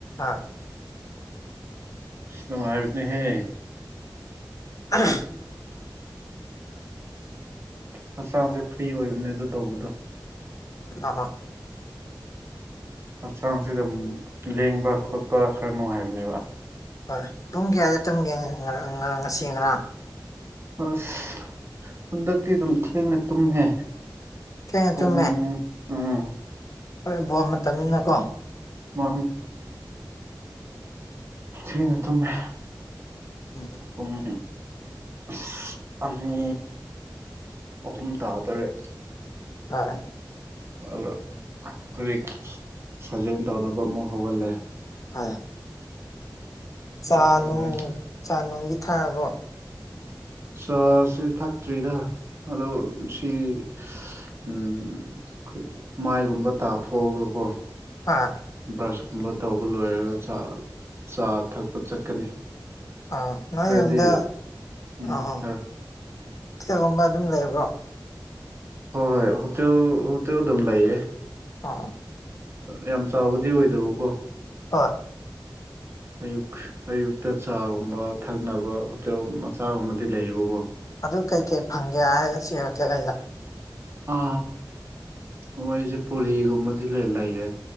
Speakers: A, on the left; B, on the right.
A: ꯑꯥ
B: ꯏꯁ ꯅꯨꯡꯉꯥꯏꯕꯅꯦꯍꯦ
A: INAUDIBLE
B: ꯍꯛꯆꯥꯡꯖꯦ ꯐ꯭ꯔꯤ ꯑꯣꯏꯕꯅꯦ ꯑꯗꯨ ꯇꯧꯕꯗꯣ
A: ꯑꯥꯑꯥ
B: ꯍꯛꯆꯥꯡꯁꯤꯗ ꯃꯝ ꯂꯦꯡꯕ-ꯈꯣꯠꯄ ꯈꯔ ꯅꯨꯡꯉꯥꯏꯕꯅꯦꯕ
A: ꯍꯣꯏ ꯄꯨꯡ ꯀꯌꯥꯗ ꯇꯝꯒꯦ ꯉꯥ ꯉꯥ ꯉꯔꯥꯡ ꯉꯁꯤ ꯉꯔꯥꯡ
B: ꯑꯥꯁ ꯍꯟꯗꯛꯇꯤ ꯑꯗꯨꯝ ꯊꯦꯡꯅ ꯇꯨꯝꯃꯤꯅꯦ
A: ꯊꯦꯡꯅ
B: ꯄꯨꯡ
A: ꯇꯨꯝꯃꯦ
B: ꯎꯪ
A: ꯍꯣꯏ ꯋꯥꯕ ꯃꯇꯝꯅꯤꯅ ꯀꯣ
B: ꯋꯥꯕꯅꯤ ꯊꯦꯡꯅꯇꯨꯝꯃꯦ
A: ꯎꯝ
B: ꯄꯨꯡ ꯑꯥꯁ ꯑꯅꯤ ꯑꯍꯨꯝ ꯇꯥꯗꯧꯔꯦ
A: ꯇꯥꯔꯦ
B: ꯑꯗꯣ ꯍꯧꯖꯤꯛ ꯁꯥꯖꯦꯟ ꯇꯧꯅꯕ ꯑꯃꯨꯛ ꯍꯧꯒꯠꯂꯦ
A: ꯑꯥ ꯆꯥꯅꯨꯡ
B: ꯑꯗꯨ ꯑꯗꯨꯃꯥꯏꯅ ꯇꯧꯋꯦ
A: ꯆꯥ ꯅꯨꯡꯗꯤ ꯊꯛꯑꯕꯣ
B: ꯆꯥꯁꯤ ꯊꯛꯇ꯭ꯔꯤꯗ ꯑꯗꯣ ꯁꯤ ꯏꯁ ꯎꯪ ꯎꯪ ꯃꯥꯏꯒꯨꯝꯕ ꯇꯥꯊꯣꯛꯑꯒꯀꯣ
A: ꯍꯥꯑ
B: ꯕ꯭ꯔꯁꯀꯨꯝꯕ ꯇꯧꯕ ꯂꯣꯏꯔꯒ ꯆꯥ ꯆꯥ ꯊꯛꯄ ꯆꯠꯀꯅꯤ
A: ꯑꯥ ꯉꯥꯏ
B: ꯍꯥꯏꯗꯤ
A: ꯌꯨꯝꯗ
B: ꯎꯝ
A: ꯑꯥ
B: ꯍꯣꯏ
A: ꯍꯣꯇꯦꯜꯒꯨꯝꯕ ꯑꯗꯨꯝ ꯂꯩꯕ꯭ꯔꯣ
B: ꯍꯣꯏ ꯍꯣꯏ ꯍꯣꯇꯦꯜ ꯍꯣꯇꯦꯜ ꯑꯗꯨꯝ ꯂꯩꯌꯦ
A: <unintelligible>
B: ꯌꯥꯝ ꯆꯥꯎꯕꯗꯤ ꯑꯣꯏꯗꯕ ꯀꯣ
A: ꯑꯣꯏ
B: <inaudible> ꯑꯌꯨꯛ ꯑꯌꯨꯛꯇ ꯆꯥꯒꯨꯝꯕ ꯊꯛꯅꯕ ꯍꯣꯇꯦꯜ ꯃꯆꯥꯒꯨꯝꯕꯗꯤ ꯂꯩꯌꯦꯕꯀꯣ
A: ꯑꯗꯨ ꯀꯩꯀꯩ ꯐꯪꯒꯦ ꯍꯥꯏ ꯁꯤ ꯍꯣꯇꯦꯜ ꯑꯩꯗ
B: ꯑ ꯃꯣꯏꯖꯦ ꯄꯨꯔꯤꯒꯨꯝꯕꯗꯤ ꯂꯩ ꯂꯩꯌꯦ